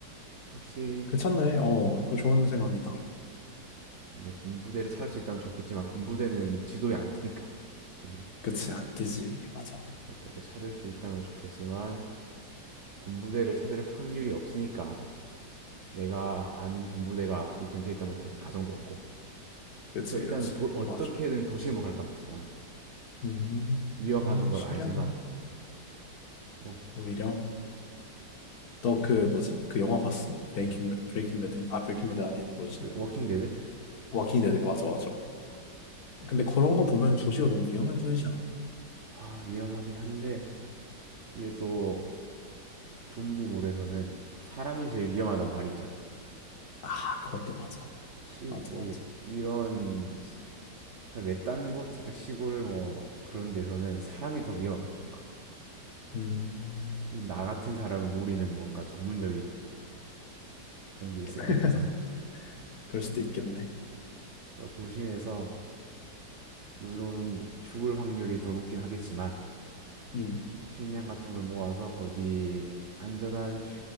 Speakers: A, on the right (about 60°); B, on the left (about 60°).
A: 확실히
B: 괜찮네. 어, 그거 좋은 생각이다.
A: 내 군부대를 찾을 수 있다면 좋겠지만 군부대는 지도에 안 뜨니까 이게
B: 그치, 안 뜨지. 맞아.
A: 어떻게 찾을 수 있다면 좋겠지만 군부대를 찾을 확률이 없으니까 내가 아는 군부대가 이 근처에 있다는 고- 가정도 없고
B: 그치,
A: 그래서 일단은
B: 그치.
A: 도- 어떻게든
B: 맞아.
A: 도심으로 갈 것 같아 나는
B: 음,
A: 위험하는
B: 어,
A: 걸
B: 신기하네.
A: 알지만 어
B: 오히려. 너
A: 사실
B: 그 뭐지? 그 영화 봤어? 브레이킹
A: 영어
B: 배- 브레이킹 배드 아 브레이킹 배드 아닌데 뭐지?
A: 그 워킹 데드
B: 워킹 데드 그 맞아 맞아. 근데
A: 그
B: 그런 거 보면 도시가 너무 위험해 보이지 않아?
A: 아, 위험하긴 한데 이게 또 좀비몰에서는 사람이 제일 위험하단 말이 있잖아.
B: 아 그것도 맞아
A: 시뭐
B: 맞아 맞아.
A: 이런 살 외딴 곳 살짝 시골 뭐 그런 데서는 사람이 더 위험할 것 같아 뭔가
B: 음
A: 이 나 같은 사람을 노리는 뭔가 전문적인 그런 게 있을
B: <laughs>
A: 것 같아서
B: 그럴 수도 있겠네.
A: 그래서 도심에서 물론 죽을 확률이 더 높긴 하겠지만
B: 음
A: 식량 같은 걸 모아서 어디 안전한